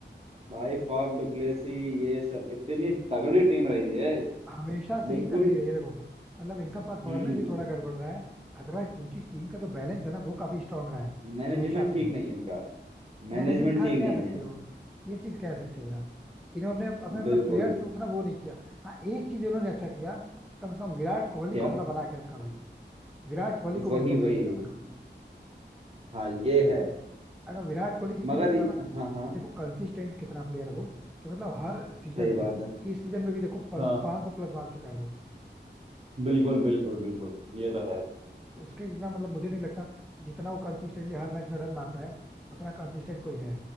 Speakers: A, on the right; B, in the centre.
A: भाई फाफ डुप्लेसी ये सब इतनी तगड़ी टीम रही है
B: हमेशा से
A: बिल्कुल
B: ही तगड़ी रही है देखो मतलब इनका परफॉर्मेंस
A: हम्म
B: ही थोड़ा गड़बड़ रहा है अदरवाइज इनकी टीम का जो बैलेंस है ना वो काफी स्ट्रांग रहा है
A: मैनेजमेंट
B: हमेशा से
A: ठीक
B: ही
A: नहीं है इनका
B: मैनेजमेंट
A: मैनेजमेंट
B: कहाँ
A: ठीक
B: कह
A: नहीं
B: सकते
A: है
B: हो ये चीज कह सकते हो यार इन्होंने अपने अपने मतलब
A: बिल्कुल
B: प्लेयर्स पे उतना वो नहीं किया हाँ एक चीज इन्होंने अच्छा किया कम से कम विराट कोहली
A: क्या
B: को अपना बना के रखा भाई विराट कोहली को
A: वही
B: कम से कम नहीं
A: वही
B: निकाला कभी
A: हाँ ये है
B: अगर विराट कोहली क्योंकि
A: मगर
B: नहीं होता ना
A: हाँ हाँ
B: देखो कंसिस्टेंट कितना प्लेयर है वो कि मतलब हर सीजन
A: सही
B: में
A: बात है
B: इस सीजन में भी देखो पांच
A: हाँ
B: सौ प्लस मार चुका है वो
A: बिल्कुल बिल्कुल बिल्कुल ये तो है
B: उसके जितना मतलब मुझे नहीं लगता जितना वो कंसिस्टेंटली हर मैच में रन मारता है उतना कंसिस्टेंट कोई है